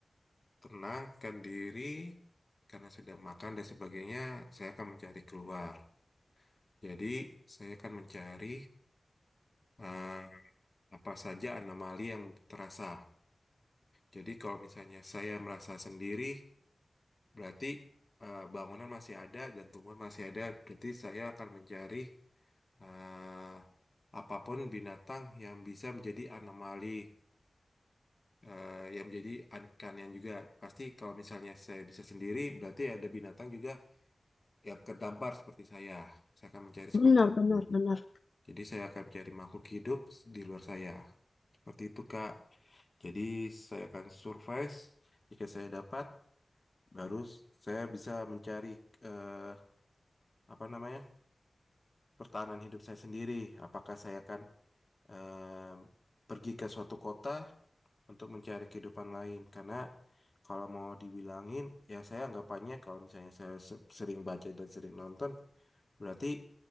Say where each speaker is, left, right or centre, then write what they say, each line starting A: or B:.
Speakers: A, on the left; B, on the left.
A: tenangkan diri karena sudah makan dan sebagainya saya akan mencari keluar jadi saya akan mencari eh, apa saja anomali yang terasa jadi kalau misalnya saya merasa sendiri Berarti eh, bangunan masih ada dan tumbuhan masih ada. Berarti saya akan mencari eh, apapun binatang yang bisa menjadi anomali, eh, yang menjadi yang juga. Pasti kalau misalnya saya bisa sendiri, berarti ada binatang juga yang kedampar seperti saya. Saya akan mencari seperti
B: Benar
A: itu.
B: benar benar.
A: Jadi saya akan mencari makhluk hidup di luar saya. Seperti itu, Kak. Jadi saya akan survive. Jika saya dapat, baru saya bisa mencari eh, apa namanya? pertahanan hidup saya sendiri. Apakah saya akan em, pergi ke suatu kota untuk mencari kehidupan lain? Karena kalau mau dibilangin, ya saya anggapannya kalau misalnya saya se- sering baca dan sering nonton, berarti